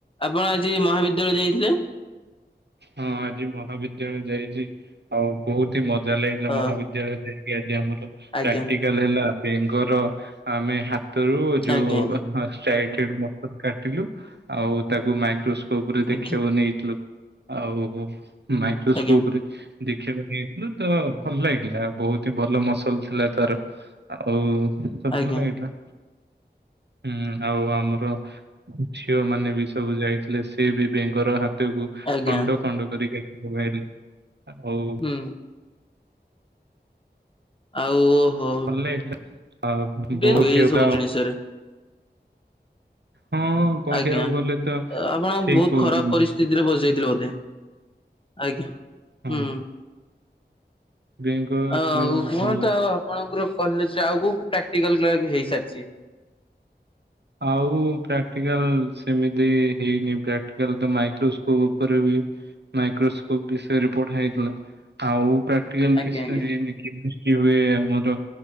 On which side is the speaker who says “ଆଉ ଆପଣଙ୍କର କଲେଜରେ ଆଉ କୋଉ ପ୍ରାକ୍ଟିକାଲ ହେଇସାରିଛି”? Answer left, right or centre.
Left